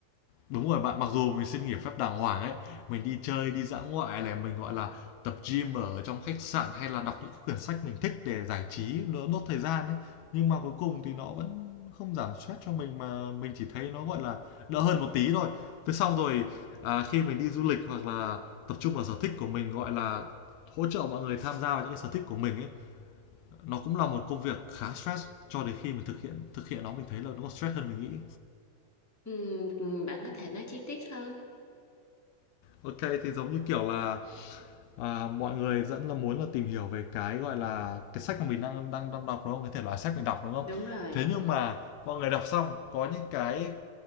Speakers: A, on the left (about 80°); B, in the centre.
A: Đúng rồi bạn, mặc dù mình xin nghỉ phép đàng hoàng ấy, mình đi chơi, đi dã ngoại này, mình, gọi là, tập gym ở trong khách sạn hay là đọc những cái quyển sách mình thích để giải trí, đỡ đốt thời gian ấy. Nhưng mà cuối cùng thì nó vẫn không giảm stress cho mình mà mình chỉ thấy nó, gọi là, đỡ hơn một tí thôi. Thế xong rồi, à, khi mình đi du lịch hoặc là tập trung vào sở thích của mình, gọi là, hỗ trợ mọi người tham gia vào những cái sở thích của mình ấy, nó cũng là một công việc khá stress cho đến khi mình thực hiện thực hiện nó mình thấy là nó còn stress hơn mình nghĩ.
B: ừ, ừ, bạn có thể nói chi tiết hơn
A: ok thì giống như kiểu là À, mọi người rất là muốn là tìm hiểu về cái, gọi là, cái sách mà mình đang đang đang đọc, đúng không? Cái thể loại sách mình đọc, đúng không?
B: đúng rồi
A: Thế nhưng mà mọi người đọc xong có những cái